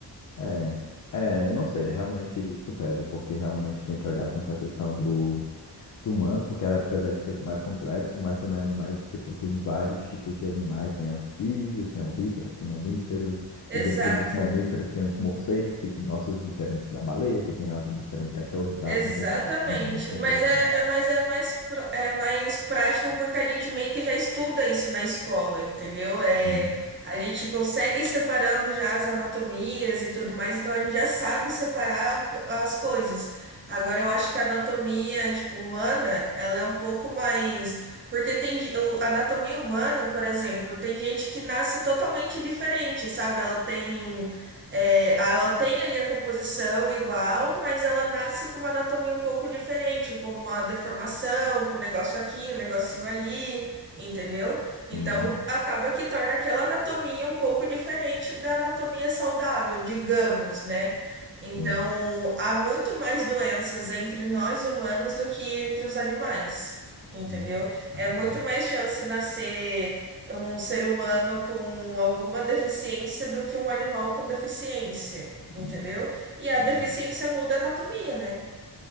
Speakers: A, on the left (about 50°); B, on the right (about 30°).
A: É, é, eu não sei, é realmente isso pesa, porque realmente tem que olhar tanto a questão do, do humano, porque apesar de ser mais complexo, mas também animais, tipo, tem vários tipos de animais, tem anfíbios, tem ovíparos, tem mamíferos, e
B: Exato.
A: dentro dos mamíferos tem os morcegos, que tem ossos diferentes da baleia, que tem ossos diferentes de cachorro e gato,
B: Exatamente.
A: então, tipo, é muito complexo,
B: Mas é,
A: né?
B: é- mas é mais, pró- é mais prático porque a gente meio que já estuda isso na escola, entendeu? É,
A: Uhum,
B: a gente consegue ir separando já as anatomias e tudo mais, então a gente já sabe separar p- as coisas. Agora eu acho que a anatomia, tipo, humana, ela é um pouco mais. Porque tem ge- o- a anatomia humana, por exemplo, tem gente que nasce totalmente diferente, sabe? Ela tem. É, ela tem ali a composição igual, mas ela nasce com uma anatomia um pouco diferente, com uma deformação, com um negócio aqui, um negocinho ali, entendeu? Então
A: uhum,
B: acaba que torna aquela anatomia um pouco diferente da anatomia saudável, digamos, né? Então
A: sim.
B: há muito mais doenças entre nós humanos do que entre os animais, entendeu?
A: Uhum. Ai,
B: É muito
A: daí-
B: mais chance nascer um ser humano com alguma deficiência do que um animal com deficiência, entendeu?
A: hum,
B: E a
A: entendi.
B: deficiência muda a anatomia, né?